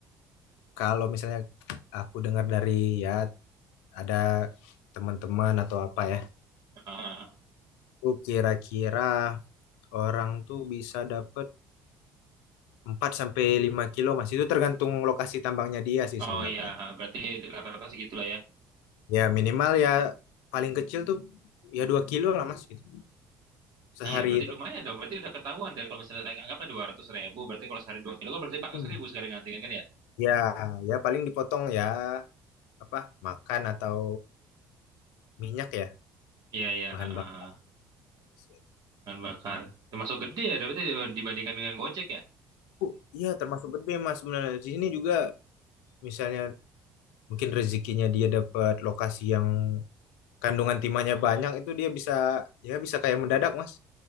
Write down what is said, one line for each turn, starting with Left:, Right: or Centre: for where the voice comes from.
Left: Kalau misalnya aku dengar dari ya ada teman-teman atau apa ya.
Right: Ah,
Left: Itu kira-kira orang tuh bisa dapat 4 sampai 5 kilo mas. Itu tergantung lokasi tambangnya dia sih
Right: oh
Left: sebenarnya.
Right: iya, berarti rata-rata segitulah ya.
Left: Ya minimal ya paling kecil tuh ya 2 kilo lah mas gitu. Sehari
Right: Iya, berarti
Left: itu.
Right: lumayan dong. Berarti udah ketahuan dari kalau misalnya anggaplah dua ratus ribu, berarti kalau sehari dua kilo kan berarti empat
Left: Hmm.
Right: ratus ribu sekarang ngantengin kan ya?
Left: Ya, ya paling dipotong ya apa makan atau minyak ya
Right: Iya iya,
Left: bahan
Right: ah,
Left: bakar mesin.
Right: bahan bakar. Termasuk gede ya, berarti dibandingkan dengan Gojek ya?
Left: Oh, iya termasuk gede mas sebenarnya di sini juga misalnya mungkin rezekinya dia dapat lokasi yang kandungan timahnya banyak itu dia bisa ya bisa kayak mendadak mas.